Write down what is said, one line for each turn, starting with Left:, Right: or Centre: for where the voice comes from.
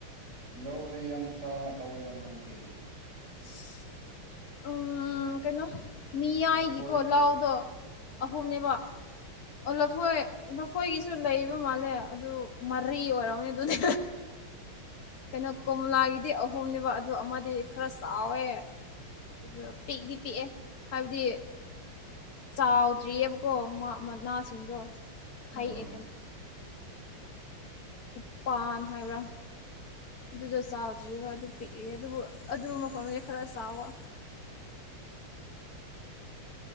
Right: ꯂꯧꯁ‌ꯦ ꯌꯥꯝ ꯆꯥꯎꯅ ꯇꯧꯔ‌ꯦꯀꯣ ꯅ‌ꫭꯉꯥꯏꯗꯤ
Left: <unintelligible> ꯎꯝ ꯀꯩꯅꯣ ꯃꯤꯌꯥꯏꯒꯤꯀꯣ
Right: ꯂꯐꯣꯏ
Left: ꯂꯧꯎꯗꯣ
Right: ꯑꯣ
Left: ꯑꯍꯨꯝꯅꯦꯕꯥ
Right: ꯎꯝ
Left: ꯑꯣ ꯂꯐꯣꯏ ꯂꯐꯣꯏꯒꯤꯁꯨ ꯂꯩꯕ ꯃꯥꯜꯂꯦ ꯑꯗꯨ ꯃꯔꯤ ꯑꯣꯏꯔꯝꯅꯤ ꯑꯗꯨꯗꯤ ꯀꯩꯅꯣ ꯀꯣꯝꯂꯥꯒꯤꯗꯤ ꯑꯍꯨꯝꯅꯦꯕ ꯑꯗꯨ ꯑꯃꯗꯤ ꯈꯔ ꯆꯥꯎꯋꯦ ꯑꯗꯨꯗ ꯄꯤꯛꯗꯤ ꯄꯤꯛꯑꯦ ꯍꯥꯏꯕꯗꯤ ꯆꯥꯎꯗ꯭ꯔꯤꯑꯕꯀꯣ ꯃꯅꯥꯁꯤꯡꯗꯣ
Right: ꯑꯣ
Left: ꯍꯩ ꯑꯦ ꯎꯄꯥꯟ ꯍꯥꯏꯕ꯭ꯔꯥ ꯑꯗꯨꯗ‌ꫭ ꯆꯥꯎꯗ꯭ꯔꯤꯕ ꯑꯗꯨ ꯄꯤꯛꯏꯌ‌ꯦ ꯑꯗꯨꯕꯨ ꯑꯗꯨ ꯃꯐꯝꯁ ꯈꯔ ꯆꯥꯎꯕ